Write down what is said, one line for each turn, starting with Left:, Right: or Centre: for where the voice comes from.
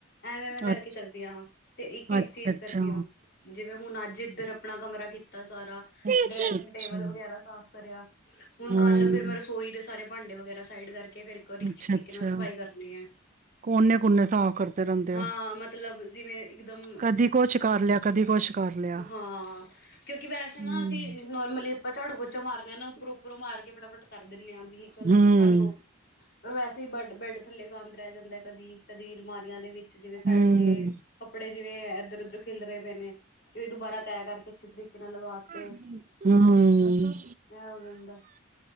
Left: ਐਵੇਂ ਐਵੇਂ ਕਰਕੇ
Right: ਅੱਛਾ
Left: ਕਰਦੀ ਹਾਂ ਤੇ ਇੱਕ ਇੱਕ
Right: ਅੱਛਾ
Left: ਚੀਜ਼
Right: ਅੱਛਾ
Left: ਕਰਦੀ ਹਾਂ ਜਿਵੇਂ ਹੁਣ ਅੱਜ ਇੱਧਰ ਆਪਣਾ ਕਮਰਾ ਕੀਤਾ ਸਾਰਾ
Right: ਅੱਛਾ
Left: ਡਰੈਸਿੰਗ
Right: ਅੱਛਾ
Left: ਟੇਬਲ ਵਗੈਰਾ ਸਾਫ਼ ਕਰਿਆ, ਹੁਣ
Right: ਹੂੰ
Left: ਕੱਲ ਫਿਰ ਮੈਂ ਰਸੋਈ ਦੇ ਸਾਰੇ ਭਾਂਡੇ ਵਗੈਰਾ ਸਾਈਡ ਕਰਕੇ ਫਿਰ ਇੱਕ ਵਾਰੀ
Right: ਅੱਛਾ
Left: ਅੱਛੀ ਤਰੀਕੇ
Right: ਅੱਛਾ,
Left: ਨਾਲ ਸਫ਼ਾਈ ਕਰਨੀ ਐ।
Right: ਕੋਨੇ ਕੋਨੇ ਸਾਫ਼ ਕਰਦੇ ਰਹਿੰਦੇ
Left: ਹਾਂ
Right: ਹੋ।
Left: ਮਤਲਬ ਜਿਵੇਂ ਇਕਦਮ,
Right: ਕਦੀ ਕੁਛ ਕਰ ਲਿਆ ਕਦੀ ਕੁਛ ਕਰ ਲਿਆ
Left: ਹਾਂ ਕਿਉਂਕਿ ਵੈਸੇ
Right: ਹੂੰ
Left: ਨਾ ਅਸੀਂ ਨੋਰਮਲੀ ਆਪਾਂ ਝਾੜੂ ਪੋਚਾ ਮਾਰਨ ਹਾਂ ਨਾ ਉੱਪਰੋਂ ਉਪਰੋਂ ਮਾਰ ਕੇ ਫਟਾਫਟ ਕਰ ਦਿੰਦੇ ਹਾਂ ਚੱਲ
Right: ਹੂੰ
Left: ਸਫ਼ਾਈ ਹੋ ਗਈ ਪਰ ਵੈਸੇ ਹੀ ਬ ਬੈਡ ਥੱਲੇ ਪਾਉਂਦੇ ਰਹਿ ਜਾਂਦਾ ਹੈ ਕਦੀ ਕਦੀ ਅਲਮਾਰੀਆਂ ਦੇ ਵਿੱਚ ਜਿਵੇਂ ਸਾਈਡ
Right: ਹੂੰ
Left: ਤੇ ਕੱਪੜੇ ਜਿਵੇਂ ਇੱਧਰ ਉਧਰ ਖਿਲ ਰਹੇ ਪਏ ਨੇ, ਤੇ ਦੁਬਾਰਾ ਤੈ ਕਰਕੇ ਅੱਛੇ ਤਰੀਕੇ ਕਿ ਨਾਲ ਲਗਾਤੇ
Right: ਹੂੰ।
Left: ਇਹ ਹੋ ਜਾਂਦਾ